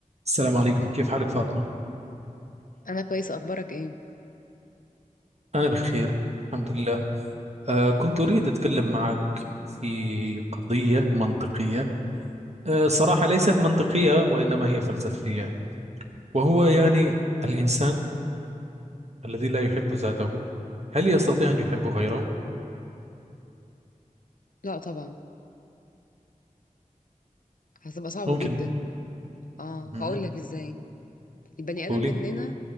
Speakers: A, on the right (about 50°); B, on the left (about 75°).
A: السلام عليكم كيف حالك فاطمة؟
B: انا كويسه اخبارك ايه
A: أنا بخير الحمد لله آه كنت أريد أتكلم معك في قضية منطقية آه صراحة ليست منطقية وإنما هي فلسفية وهو يعني الإنسان الذي لا يحب ذاته هل يستطيع أن يحب غيره؟
B: لا طبعا هتبقى صعبه
A: ممكن
B: جدا اه
A: مهم.
B: هقول لك ازاي البني ادم
A: قولي
B: مننا